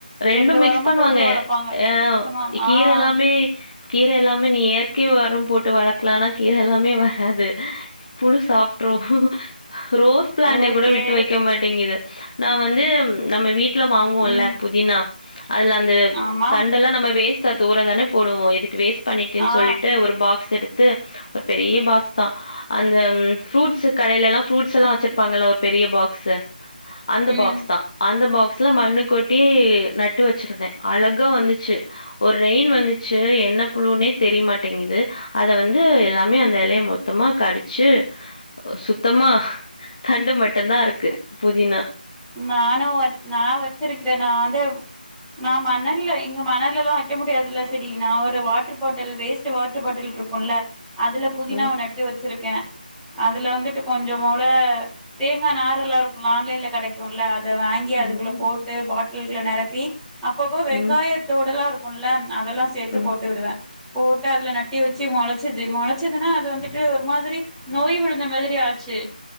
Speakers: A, on the left (about 40°); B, in the centre.
A: ரெண்டும்
B: ரெண்டு
A: மிக்ஸ்
B: உரமு
A: பண்ணுவாங்க
B: போட்டு வளப்பாங்க
A: அ
B: மிக்ஸ் பண்ணுவாங்க
A: கீர
B: ஆ
A: எல்லாமே கீர எல்லாமே நீ இயற்கை உரம் போட்டு வளக்கலானா கீர எல்லாமே வராது புழு சாப்பிட்டுரு ரோஸ் பிளாண்ட
B: ஓகே
A: கூட விட்டு வெக்க மாட்டேங்குது நா வந்து நம்ம வீ ட்ல வாங்குவோல்ல
B: ம்
A: <unintelligible> அதுல அந்த
B: ஆமா
A: தண்டல்லாம் நம்ம வேஸ்ட் டா தூர தானே போடுவோ இதுக்கு வேஸ் டு பண்ணிட்டுன்னு
B: ஆ
A: சொல்லிட்டு ஒரு பாக்ஸ் எடுத் து ஒரு பெரிய பாக்ஸ் தான் அந்த ஃப்ரூட்ஸ் கடேலேலாம் ஃப்ரூட்ஸ்ல்லாம் வச்சிருப்பாங்கல்ல ஒரு பெரிய பாக்ஸு அந்த
B: ம்
A: பாக்ஸ் தான் அந்த பாக்ஸ் ஸ்ல மண்ணு கொட் ட்டி நட்டு வச்சிருந்தேன் அழகா வந்துச்சு ஒரு ரெயின் வந்துச்சு என்ன புழுனே தெரியமாட்டேங்குது அத வந்து எல்லாமே அந்த இலைய மொத்தமா கடுச்சு சுத்தமா தண்டு மட்டும்தான் இருக் க்கு புதினா
B: நானும் நான் வச்சிருக்கிறேன் நான் வந்து நான் மணல்ல இங்க மணல்லல்லாம் வைக்க முடியாதுல்ல சரி நான் ஒரு water bottle waste water bottle இருக்கும்ல அதுல புதினாவ
A: ம்
B: நட்டு வச்சு சுருக்கேன் அதுல வந்துட்டு கொஞ்சம்போல தேங்கா நாறு எல்லாம் இருக்கும்ல ஆன்லைன்ல கெடைக் குல்ல அத வாங்கி அதுக்குள்ள
A: ம்
B: போட்டு பாட் டில்ல நெரப்பி அப்பப்ப வெங்காய
A: ம்
B: தோடெல்லா இருக் குள்ள அதல்லாம் சேத்து
A: ம்
B: போட்டு விடுவேன் போட்டு அதுல நட்டி வச்சு முளைச்சுது முளைச்சுதுன்னா அது வந்துட்டு ஒரு மாதிரி நோய் விழுந்த மாதிரி ஆச்சு